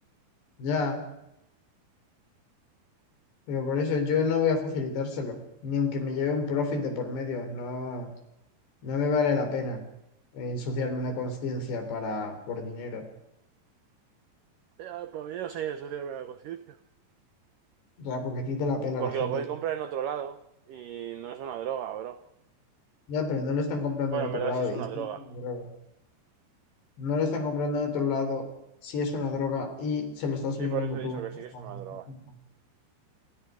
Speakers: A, on the left; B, on the right.
A: ya. Pero por eso yo no voy a facilitárselo, ni aunque me lleve un profit de por medio, no, no me vale la pena eh, ensuciarme la conciencia para por dinero.
B: Ya, para mí no sería ensuciarme la conciencia.
A: O sea, porque a ti te la pela
B: Porque
A: la
B: lo
A: gente.
B: pueden comprar en otro lado y no es una droga, bro.
A: Ya, pero no lo están comprando
B: Bueno,
A: en otro
B: en verdad
A: lado
B: sí es
A: y
B: una
A: sí
B: droga.
A: es una droga. No lo están comprando en otro lado si es una droga y se lo estás vendiendo
B: Sí, por eso he
A: tú.
B: dicho que sí
A: Hasta
B: que es una
A: cierto
B: droga.
A: punto.